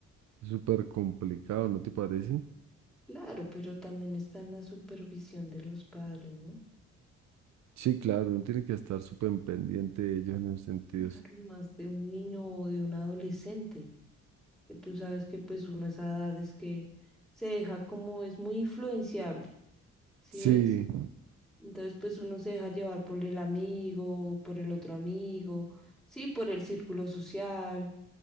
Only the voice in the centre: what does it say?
Claro, pero también está en la supervisión de los padres, ¿no?
Claro, y más de un niño o de un adolescente. Que tú sabes que pues uno a esa edad es que se deja como es muy influenciable. ¿Sí
ves? Entonces, pues uno se deja llevar por el amigo, por el otro amigo, sí, por el círculo social.